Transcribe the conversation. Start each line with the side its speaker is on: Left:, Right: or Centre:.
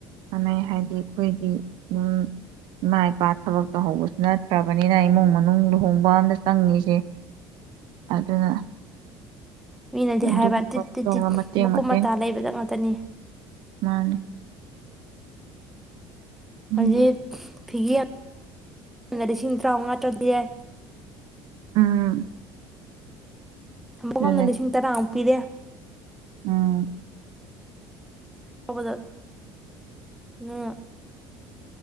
Right: ꯃꯥꯟꯅꯤ ꯍꯥꯏꯗꯤ ꯑꯩꯈꯣꯏꯗꯤ ꯗꯨꯝ ꯏꯃꯥ ꯏꯄꯥ ꯊꯕꯛ ꯇꯧꯍꯧꯕꯁꯨ ꯅꯠꯇ꯭ꯔꯕꯅꯤꯅ ꯏꯃꯨꯡ ꯃꯅꯨꯡ ꯂꯨꯍꯣꯡꯕ ꯑꯝꯗ ꯆꯪꯉꯤꯖꯦ ꯑꯗꯨꯅ
Centre: ꯃꯤꯅꯗꯤ
Right: ꯑꯗꯨꯒꯨꯝꯕ
Centre: ꯍꯥꯏꯕ ꯇꯤꯠ ꯇꯤꯠ
Right: ꯇꯧꯔ
Centre: ꯇꯤꯠ
Right: ꯃꯇꯦꯡ
Centre: ꯃꯀꯨꯞ
Right: ꯃꯇꯦꯡ
Centre: ꯃꯇꯥ ꯂꯩꯕꯗ ꯉꯥꯛꯇꯅꯤ
Right: ꯃꯥꯅꯤ ꯑꯗꯨꯅ
Centre: ꯍꯥꯏꯖꯤ ꯐꯤꯒꯒ ꯂꯤꯁꯤꯡ ꯇꯔꯥꯃꯉꯥ ꯇꯔꯥꯗꯤꯦ
Right: ꯎꯝ
Centre: ꯊꯝꯕꯒꯝꯗꯅ
Right: ꯑꯗꯨꯅꯦ
Centre: ꯂꯤꯁꯤꯡ ꯇꯔꯥꯃꯨꯛ ꯄꯤꯗꯦ
Right: ꯎꯝ
Centre: ꯀꯕꯖꯠ ꯎ